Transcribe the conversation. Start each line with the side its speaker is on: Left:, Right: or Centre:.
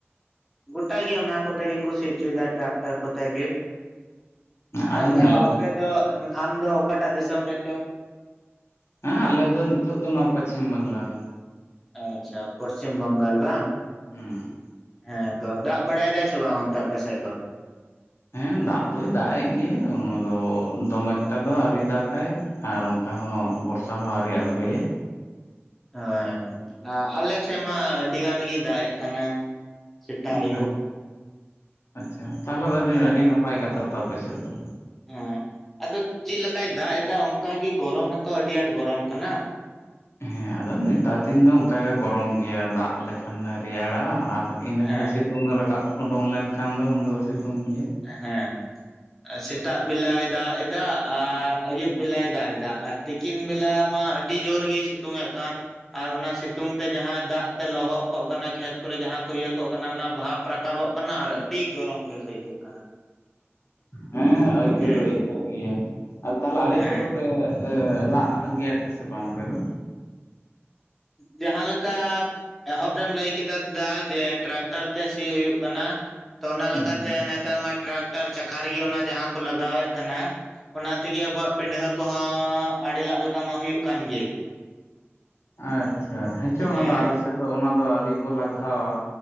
Centre: ᱜᱚᱴᱟ ᱜᱤ ᱚᱱᱟ ᱠᱚ ᱛᱮ ᱜᱮ ᱠᱚ ᱥᱤ ᱦᱚᱪᱚᱭ ᱮᱫᱟ ᱴᱨᱟᱠᱴᱟᱨ ᱠᱚ ᱛᱮ ᱜᱮᱼᱼ ᱦᱮᱸ
Left: ᱟᱫᱚ
Centre: <unintelligible>
Left: ᱧᱮᱞᱚᱜᱚᱜ
Centre: ᱟᱯᱮ ᱫᱚ ᱟᱢ ᱫᱚ ᱚᱠᱟᱴᱟᱜ ᱫᱤᱥᱚᱢ ᱨᱮᱪᱚ
Left: ᱦᱮᱸ ᱟᱞᱮ ᱫᱚ ᱱᱤᱛᱚᱜ ᱫᱚ ᱱᱚᱣᱟ ᱯᱚᱪᱷᱤᱢ ᱵᱟᱝᱞᱟ ᱨᱮᱱᱼᱼ
Centre: ᱟᱪᱪᱷᱟ ᱯᱚᱥᱪᱤᱢ ᱵᱟᱝᱜᱟᱞ ᱵᱟᱝᱼᱼ
Left: ᱦᱩᱸ
Centre: ᱦᱮᱸ ᱛᱚ ᱫᱟᱜ ᱵᱟᱲᱟᱭ ᱫᱟᱭ ᱥᱮ ᱵᱟᱝ ᱚᱱᱛᱮ ᱟᱯᱮ ᱥᱮᱫ ᱫᱚᱼᱼ
Left: ᱦᱮᱸ ᱫᱟᱜ ᱫᱚᱭ ᱫᱟᱜ ᱮᱜ ᱜᱮᱭᱟᱭ ᱚᱱᱟ ᱫᱚ ᱫᱚᱢᱮ ᱮᱠᱴᱟ ᱫᱚ ᱟᱹᱣᱨᱤ ᱫᱟᱜᱟᱭ ᱟᱨ ᱚᱱᱠᱟ ᱦᱚᱸ ᱵᱚᱨᱥᱟ ᱦᱚᱸ ᱟᱹᱣᱨᱤ ᱟᱬᱜᱳᱭᱟᱭ
Centre: ᱦᱮᱸ ᱦᱟᱞᱮ ᱥᱮᱫ ᱢᱟ ᱟᱹᱰᱤ ᱜᱟᱱ ᱜᱤ ᱫᱟᱜ ᱮᱜ ᱠᱟᱱᱟ ᱥᱮᱛᱟᱜ ᱟᱹᱭᱩᱵᱼᱼ
Left: ᱦᱮᱸ ᱟᱪᱪᱷᱟ ᱛᱟᱦᱞᱮ ᱟᱹᱰᱤ
Centre: ᱦᱮᱸ
Left: ᱟᱹᱰᱤ ᱱᱟᱯᱟᱭ ᱠᱟᱛᱷᱟ ᱛᱚ ᱟᱯᱮ ᱥᱮᱫ ᱫᱚ
Centre: ᱦᱮᱸ ᱟᱫᱚ ᱪᱤᱜ ᱞᱮᱠᱟᱭ ᱫᱟᱜ ᱮᱫᱟ ᱚᱱᱠᱟ ᱜᱤ ᱜᱚᱨᱚᱢ ᱦᱚᱛᱚ ᱟᱹᱰᱤ ᱟᱸᱴ ᱜᱚᱨᱚᱢ ᱠᱟᱱᱟ
Left: ᱦᱮᱸ ᱟᱫᱚ ᱱᱮᱛᱟᱨ ᱫᱤᱱ ᱫᱚ ᱚᱱᱠᱟ ᱜᱮ ᱜᱚᱨᱚᱢ ᱜᱮᱭᱟ ᱫᱟᱜ ᱞᱮᱠᱷᱟᱱ ᱮ ᱨᱮᱭᱟᱲᱟ ᱟᱨᱼᱼ ᱤᱱᱟᱹ
Centre: ᱦᱮᱸ
Left: ᱠᱷᱟᱡ ᱥᱤᱛᱩᱝ ᱨᱟᱠᱟᱵ ᱳᱰᱩᱝ ᱞᱮᱱ ᱠᱷᱟᱱ ᱫᱚ ᱩᱱ ᱫᱚ ᱥᱤᱛᱩᱝ ᱜᱤᱭᱟ
Centre: ᱮᱸ ᱦᱮᱸ᱾ ᱥᱮᱛᱟᱜ ᱵᱤᱞᱟᱭ ᱫᱟᱜ ᱮᱫᱟ ᱟᱨ ᱟᱭᱩᱵ ᱵᱤᱞᱟᱭ ᱫᱟᱜ ᱮᱫᱟ ᱟᱨ ᱛᱤᱠᱤᱱ ᱵᱮᱞᱟ ᱢᱟ ᱟᱹᱰᱤ ᱡᱳᱨ ᱜᱮ ᱥᱤᱛᱩᱝ ᱮᱜ ᱠᱟᱱ᱾ ᱟᱨ ᱚᱱᱟ ᱥᱤᱛᱩᱝ ᱛᱮ ᱡᱟᱦᱟᱸ ᱫᱟᱜ ᱛᱮ ᱞᱚᱦᱚᱜ ᱠᱚᱜ ᱠᱟᱱᱟ ᱠᱷᱮᱛ ᱠᱚᱨᱮ ᱡᱟᱦᱟᱸ ᱠᱚ ᱤᱭᱟᱹ ᱠᱚᱜ ᱠᱟᱱᱟ ᱚᱱᱟ ᱵᱷᱟᱵ ᱨᱟᱠᱟᱵᱚᱜ ᱠᱟᱱᱟ ᱟᱨ ᱟᱹᱰᱤ ᱜᱚᱨᱚᱢ ᱜᱮ ᱟᱹᱭᱠᱟᱹᱜ ᱠᱟᱱᱟ᱾
Left: ᱦᱟᱸ ᱦᱮᱸ ᱟᱹᱭᱠᱟᱹᱣ
Centre: ᱦᱩᱸ
Left: ᱫᱚ ᱟᱹᱭᱠᱟᱹᱣᱜ ᱜᱮᱭᱟ, ᱟᱨ ᱛᱟᱦᱞᱮ ᱟᱲᱮ
Centre: ᱦᱮᱸ
Left: ᱠᱚᱫᱚ ᱯᱮ ᱮ ᱞᱟᱜ ᱜᱮᱭᱟᱠᱚ ᱥᱮ ᱵᱟᱝ ᱟᱯᱮᱫᱚ?
Centre: ᱡᱟᱦᱟᱸᱞᱮᱠᱟ ᱮᱦᱚᱵ ᱨᱮᱢ ᱞᱟᱹᱭ ᱠᱮᱫᱟ ᱫᱟ ᱡᱮ ᱴᱨᱟᱠᱴᱟᱨ ᱛᱮ ᱥᱤ ᱦᱳᱭᱩᱜ ᱠᱟᱱᱟ ᱛᱚ ᱚᱱᱟᱞᱮᱠᱟ
Left: ᱦᱩᱸ
Centre: ᱛᱮ ᱱᱮᱛᱟᱨ ᱢᱟ ᱴᱨᱟᱠᱴᱟᱨ ᱪᱟᱠᱷᱟ ᱨᱤᱜᱤ ᱚᱱᱟ ᱡᱟᱦᱟᱸ ᱠᱚ ᱞᱟᱜᱟᱣᱮᱫ ᱠᱟᱱᱟ ᱚᱱᱟ ᱛᱤᱜᱤ ᱟᱵᱚᱣᱟᱜ ᱯᱤᱱᱰᱦᱟᱹ ᱠᱚᱦᱚᱸ ᱟᱲᱮ ᱞᱟᱜ ᱞᱮᱠᱟ ᱢᱟ ᱦᱳᱭᱩᱜ ᱠᱟᱱ ᱜᱮ᱾
Left: ᱟᱪᱪᱷᱟ ᱦᱮᱸᱪᱚᱝ
Centre: ᱦᱮᱸ
Left: ᱟᱫᱚ ᱟᱞᱮ ᱥᱮᱜᱫᱚ ᱚᱱᱟ ᱫᱚ ᱟᱹᱣᱨᱤ ᱠᱚ ᱞᱟᱜᱷᱟᱣᱟ